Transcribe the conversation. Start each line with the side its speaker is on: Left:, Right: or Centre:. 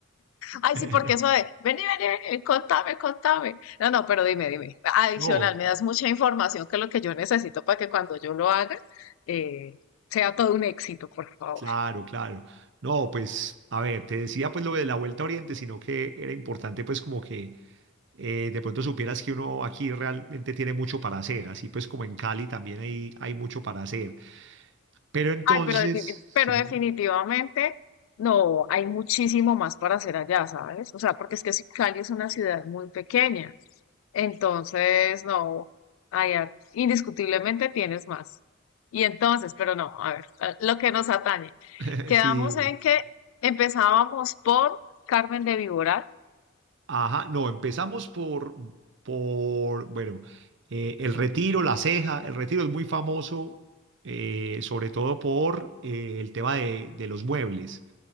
Left: Ay,
Right: <laughs>
Left: sí, porque eso de, vení, vení, vení, contame, contame. No, no, pero dime, dime. Adicional,
Right: No,
Left: me das mucha información que es lo que yo necesito para que cuando yo lo haga, eh, sea todo un éxito, por favor.
Right: claro, claro. No, pues, a ver, te decía pues lo de la Vuelta a Oriente, sino que era importante pues como que eh, de pronto supieras que uno aquí realmente tiene mucho para hacer, así pues como en Cali también hay, hay mucho para hacer. Pero entonces,
Left: Ay, pero, defi-
Right: sí,
Left: pero definitivamente no, hay muchísimo más para hacer allá, ¿sabes? O sea, porque es que si- Cali es una ciudad muy pequeña, entonces no, allá indiscutiblemente tienes más. Y entonces, pero no, a ver, a- lo que nos atañe.
Right: <laughs>
Left: Quedamos
Right: sí,
Left: en que empezábamos por Carmen de Viboral.
Right: Ajá, no, empezamos por, por bueno, eh, el Retiro, La Ceja. El Retiro es muy famoso, eh, sobre todo por eh, el tema de, de los muebles,